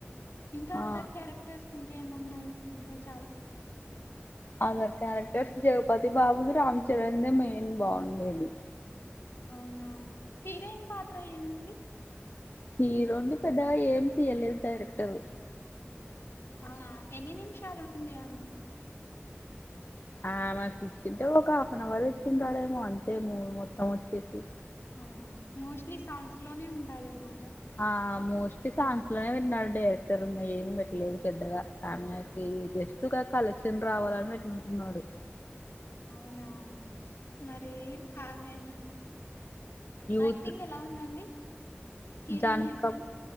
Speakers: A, on the left; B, on the left.
A: ఇంకా
B: ఆ
A: దట్ క్యారెక్టర్స్ ఇంకా ఏమున్నాయి ఇంకా చాలు
B: అదర్ క్యారెక్టర్స్ జగపతి బాబుది రామ్ చరణ్ దే మెయిన్ బాగుండేది
A: అవునా హీరోయిన్ పాత్ర ఏముంది
B: హీరో ని పెద్దగా ఏం తీయలేదు డైరెక్టర్
A: ఆవున ఎన్ని నిమిషాలు ఉంది ఆమె
B: ఆ మాకు ఇచ్చింటే ఒక హాఫ్ అన్ అవర్ ఇచ్చిండడేమో అంతే మూవీ మొత్తం వచ్చేసి
A: అవునా మోస్ట్లీ సాంగ్స్ లోనే ఉంటదేమే గా
B: ఆ మోస్ట్లీ సాంగ్స్ లోనే పెట్టినాడు డైరెక్టర్ ఉ ఏం పెట్టలేదు పెద్దగా ఆమెకి
A: అవును.
B: జస్ట్ ఒక కలెక్షన్ రావాలని పెట్టింటున్నాడు.
A: అవునా మరి ఆమె
B: యూత్
A: యాక్టింగ్ ఎలా ఉందండి హీరోయిన్
B: జాన్వి
A: యాక్టింగ్
B: కపూ